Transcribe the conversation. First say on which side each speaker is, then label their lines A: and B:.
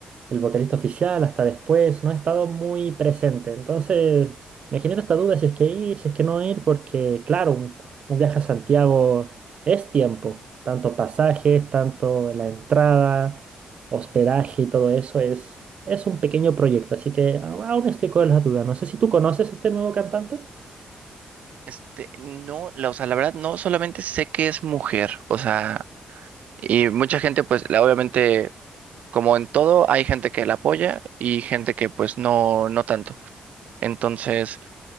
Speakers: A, on the right; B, on the right.
A: el vocalista oficial hasta después, no he estado muy presente. Entonces me genera esta duda si es que ir, si es que no ir, porque claro, un, un viaje a Santiago es tiempo, tanto pasajes, tanto la entrada, hospedaje y todo eso es, es un pequeño proyecto, así que a- aún estoy con las dudas. No sé si tú conoces este nuevo cantante.
B: Este, no, la, o sea, la verdad no solamente sé que es mujer, o sea, y mucha gente pues la- obviamente como en todo hay gente que la apoya y gente que pues no no tanto. Entonces,